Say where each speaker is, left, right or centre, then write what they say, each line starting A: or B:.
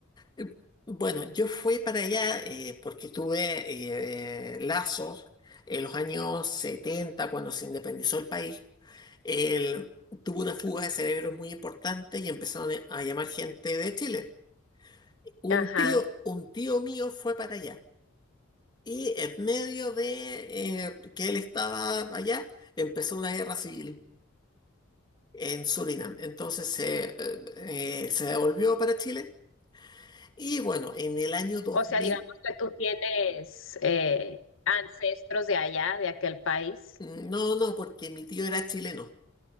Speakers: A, on the left; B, on the left.
A: Eh, Bueno, yo fui para allá eh, porque tuve eh, lazos en los años 70 cuando se independizó el país. El- tuvo una fuga de cerebros muy importante y empezaron a llamar gente de Chile. Un
B: ajá.
A: tío, un tío mío fue para allá y en medio de eh, que él estaba allá, empezó una guerra civil en Surinam. Entonces se eh, eh, se devolvió para Chile y bueno, en el año dos
B: O sea,
A: mil
B: digamos que tú tienes eh, ancestros de allá, de aquel país.
A: Mm, No, no, porque mi tío era chileno,